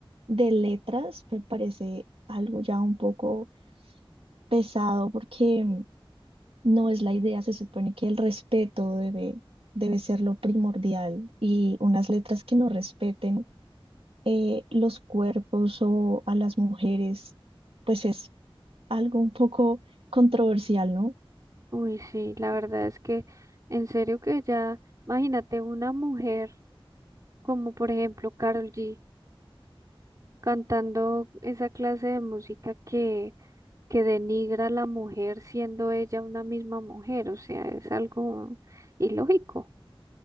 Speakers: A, on the right; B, on the right.
A: de letras, me parece algo ya un poco pesado porque no es la idea, se supone que el respeto debe, debe ser lo primordial y unas letras que no respeten eh, los cuerpos o a las mujeres, pues es algo un poco controversial, ¿no?
B: Uy, sí, la verdad es que en serio que ya, imagínate una mujer como por ejemplo Carol G cantando esa clase de música que que denigra a la mujer siendo ella una misma mujer, o sea, es algo ilógico.